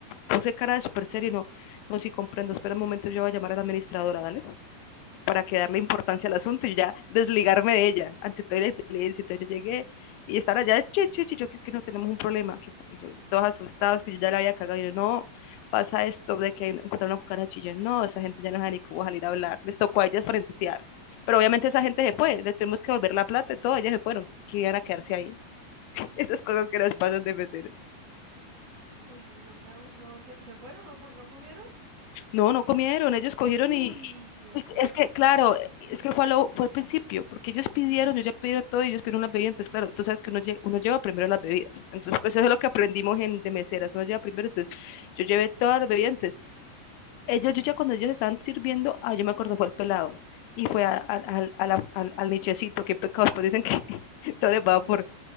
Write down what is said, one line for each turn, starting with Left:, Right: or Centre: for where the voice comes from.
Left: puse cara de súper serio, no, no, sí comprendo, espera un momento, yo voy a llamar a la administradora, dale para que darle importancia al asunto y ya desligarme de ella ante toda la inteligencia. Entonces yo llegué y están allá, che, che, che, yo que es que no tenemos un problema, que yo, todos asustados, que yo ya la había cagado, y yo, no, pasa esto de que encontraron una cucaracha, y yo, no, esa gente ya no sabe ni cómo salir a hablar, les tocó a ellas frentear, pero obviamente esa gente se fue, les tuvimos que volver la plata y todo, ellas se fueron, que iban a quedarse ahí, <laughs> esas cosas que nos pasan de meseros.
Right: uy, no, no quedaron, no, ¿se, se fueron? ¿No, co- no comieron?
Left: No, no comieron, ellos cogieron
Right: Uy,
Left: y,
Right: qué
Left: y-
Right: feo.
Left: y es que, claro, es que fue, a lo- fue al principio, porque ellos pidieron, yo ya he pedido todo y ellos pidieron las bebidas, entonces, claro, tú sabes que uno, lle- uno lleva primero las bebidas, entonces, pues eso es lo que aprendimos en, de meseras, uno lleva primero, entonces, yo llevé todas las bebidas, entonces, ellos, yo ya cuando ellos estaban sirviendo, ah, yo me acuerdo, fue el pelado, y fue a- al al- a la- al- al nichecito, qué pecados, pues dicen que <laughs> todo les va por